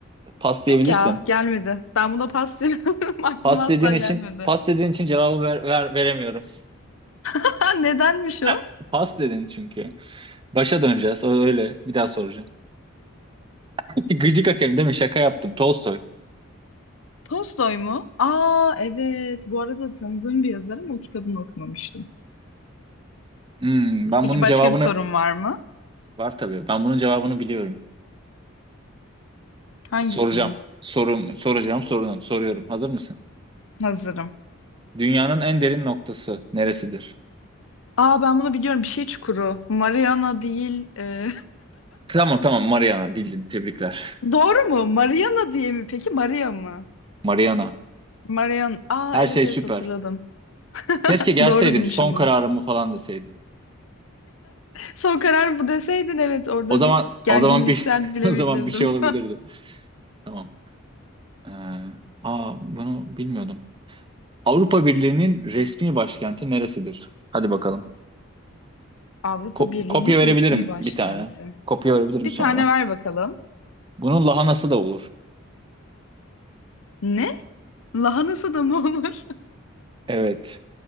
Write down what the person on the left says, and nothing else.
Yok ya, gelmedi. Ben buna paslıyorum. <laughs> Aklıma
asla
gelmedi.
<laughs> nedenmiş o?
Tolstoy mu? Aa evet. Bu arada tanıdığım bir yazar ama o kitabını okumamıştım.
Peki
başka
bir sorun var mı?
Hangisinin?
Hazırım.
Aa ben bunu biliyorum. Bir şey çukuru. Mariana değil. e,
<laughs> Doğru mu? Mariana diye mi peki? Maria mı?
Marian. Aa
evet
evet
hatırladım. <laughs>
Doğru bilmişim
bunu.
Son karar bu deseydin evet orada
bir gerginlikten
bilemeyebilirdim.
<laughs> Avrupa
Birliği'nin
resmi başkenti.
Bir
tane ver bakalım.
Ne? Lahanası da mı olur?